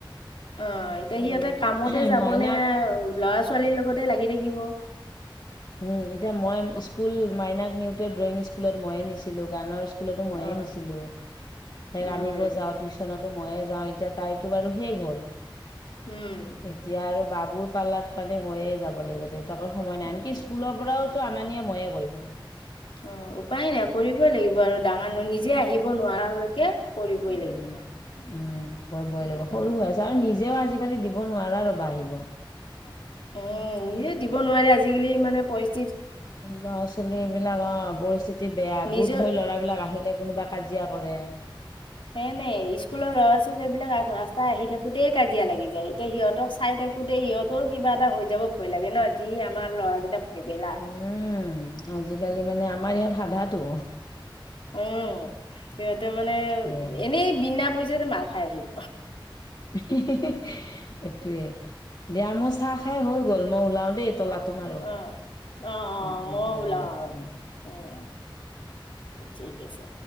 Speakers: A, on the left (about 85°); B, on the left (about 55°).
A: অঁ এতিয়া সিহঁতে
B: এ
A: কামতে যাব
B: মাইনাক
A: নে ল'ৰা ছোৱালীৰ লগতে লাগি। থাকিব।
B: উম, এতিয়া মই স্কুল মাইনাক নিউতে ড্ৰয়িং স্কুলত মইয়ে নিছিলো গানৰ। স্কুলতো
A: অ
B: মইয়ে নিছিলো, তাক
A: উম
B: আনিব যাওঁ টিউশচনতো ময়ে যাওঁ। য তটো বাৰু হেগ হ'ল।
A: উম।
B: এতিয়া আৰু বাবুৰ পাৰ্লাত মানে মইয়ে যাব লাগিব, দেউতাকৰ সময় নাই
A: উম
B: আনকি। স্কুলৰ পৰাওতো আনানিয়ে ময়ে কৰিব লাগে।
A: অ উপায় নাই কৰিবই লাগিব আৰু ডাঙৰ ন নিজে আহিব নোৱাৰালৈকে। কৰিবই
B: উম
A: লাগিব
B: উম, কৰিবই লাগি
A: উপায়
B: ব সৰু
A: নাই
B: হৈ আছে আৰু নিজেও আজিকালি দিব নোৱাৰা ৰবা। আহিব।
A: উম, নিজে দিব নোৱাৰে আজিকালি মানে পই।
B: ল'ৰা ছোৱালী বিলাক অ পৰিস্থিতি বেয়া
A: নিজৰ
B: গোট হৈ লৰাবিলাক আহিলে কোনোবা কাজিয়া তিয়া কৰে।
A: সে নাই স্কুলৰ ল'ৰা ছোৱালী বিলাক ৰাস্তাই আহি থাকোতেই কাজিয়া লাগি যায় এতিয়া সিহঁতক চাই থাকে। ইহতৰ কিবা এটা হৈ যাব ভয় লাগে ন যি আমাৰ ল'ৰাকেইটা ভেবেলা
B: উম আজিকালি মানে আমাৰ ইহাত সাধাটো।
A: উম, সিহঁতে মানে
B: সেয়াই
A: এনেই বিনা পইচাতে মাল খাই আহিব।
B: সেইটোৱে দিয়া মোৰ চাহ খাই হৈ গ'ল মই ওলাও দেই' তলাটো মাৰো
A: উ অ অ
B: উম উম
A: মই
B: দিয়া
A: ওলাও
B: ওলোৱা
A: আৰু
B: উম
A: উম।। ঠিক আছে।